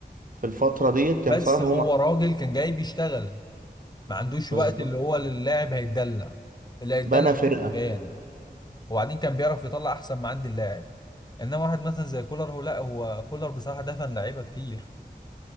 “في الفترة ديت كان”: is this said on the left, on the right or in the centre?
Right